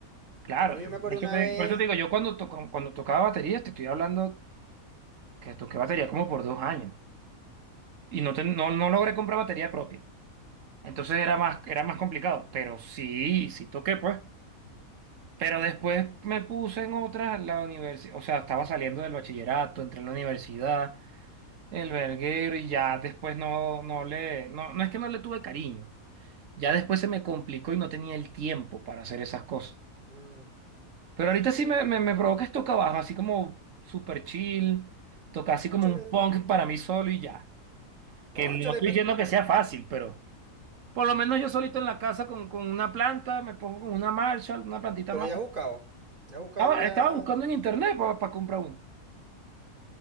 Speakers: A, on the right (about 65°); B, on the right (about 35°).
A: Claro,
B: Por lo menos
A: por
B: yo me acuerdo
A: eso
B: una
A: te,
B: vez,
A: por eso te digo, yo cuando, toco- cuando tocaba batería, te estoy hablando que toqué batería como por dos años y no, te- no, no logré comprar batería propia. Entonces era más, era más complicado, pero sí, sí toqué, pues. Pero después me puse en otras, la universidad, o sea, estaba saliendo del bachillerato, entré en la universidad, el verguero y ya después no, no le, no, no es que no le tuve cariño, ya después se me complicó y no tenía el tiempo para hacer esas cosas.
B: mm,
A: Pero ahorita
B: sí,
A: sí
B: pero-
A: me, me, me provoca es toca baja, así como super chill, toca así
B: cónchale,
A: como un punk para mí solo y ya.
B: cónchale,
A: Que no estoy
B: pero,
A: diciendo que sea fácil, pero por lo menos yo solito en la casa con, con una planta, me pongo con una Marshall, una plantita
B: pero
A: más.
B: ya has buscado, ya has buscado
A: Estaba,
B: ya.
A: estaba buscando en internet para comprar uno.